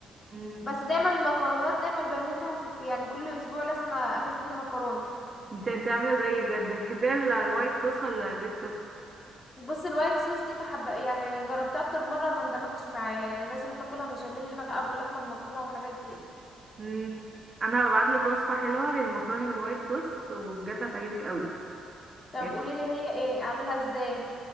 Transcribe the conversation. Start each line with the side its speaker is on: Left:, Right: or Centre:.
Right: مم.
Left: بس دايما المكرونات دايما بميل منها كل- يعني كل اسبوع لازم اعمل لي مكرونة
Right: انت انت عاملة زيي بجد بتحبيها ال- الوايت صوص ولا الريد صوص
Left: بص الوايت صوص دي محب يعني جربتها اكتر مره ما اندمجتش معاها يعني لازم اكلها بشاميل بقى او باللحمه المفرومه والحاجات دي
Right: مم. انا هبعتلك وصفة حلوة للمكرونة بالوايت صوص وبجد هتعجبك قوي
Left: طب
Right: يعني
Left: قولي لي هي ايه اعملها ازاي